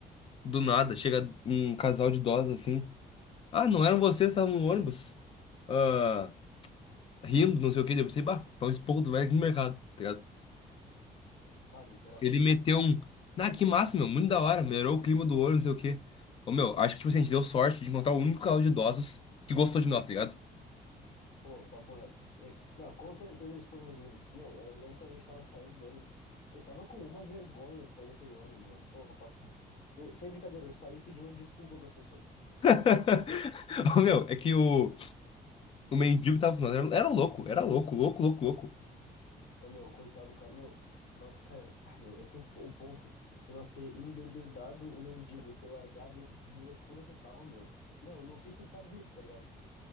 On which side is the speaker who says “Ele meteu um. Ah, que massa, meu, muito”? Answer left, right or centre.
Left